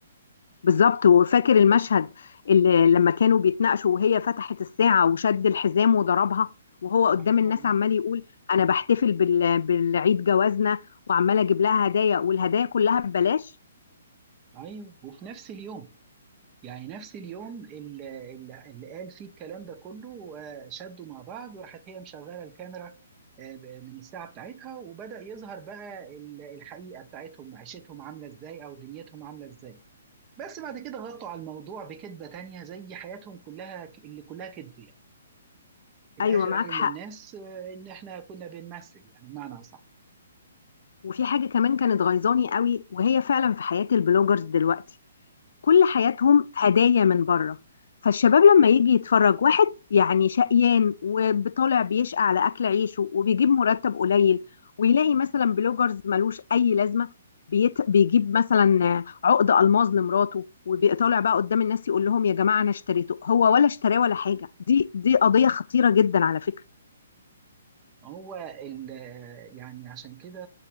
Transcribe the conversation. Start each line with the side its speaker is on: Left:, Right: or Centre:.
Left: بالظبط وفاكر المشهد اللي لما كانوا بيتناقشوا وهي فتحت الساعة وشد الحزام وضربها وهو قدام
Right: اه
Left: الناس عمال يقول أنا بحتفل بال- بالعيد جوازنا وعمال أجيب لها هدايا والهدايا كلها ببلاش
Right: ايوه وفي نفس اليوم يعني نفس اليوم اللي, اللي قال فيه الكلام ده كله آه، شدوا مع بعض وراحت هي مشغله الكاميرا آه، ب- من الساعه بتاعتها وبدأ يظهر بقى ال- الحقيقه بتاعتهم عيشتهم عامله ازاي او دنيتهم عامله ازاي بس بعد كده غطوا على الموضوع بكذبه تانية زي حياتهم كلها ك- اللي كلها كذب يعني في الاخر
Left: ايوه معاك
Right: قالوا
Left: حق
Right: للناس آه، ان احنا كنا بنمثل يعني بمعنى اصح
Left: وفي حاجه كمان كانت غيظاني قوي وهي فعلا في حياه البلوجرز دلوقتي كل حياتهم هدايا من بره فالشباب لما يجي يتفرج واحد يعني شقيان وطالع بيشقى على اكل عيشه وبيجيب مرتب قليل ويلاقي مثلا بلوجرز ملوش اي لازمه بيت... بيجيب مثلا عقد الماظ لمراته وبيطالع بقى قدام الناس يقول لهم يا جماعه انا اشتريته هو ولا اشتراه ولا حاجه دي دي قضيه خطيره جدا على فكره
Right: هو ال يعني عشان كده